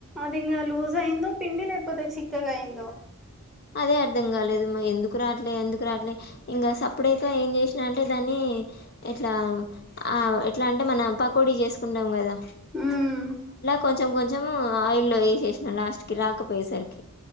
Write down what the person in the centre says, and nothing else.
అదింగా లూజ్ అయ్యిందో, పిండి లేకపోతే చిక్కగయ్యిందో.
ఉమ్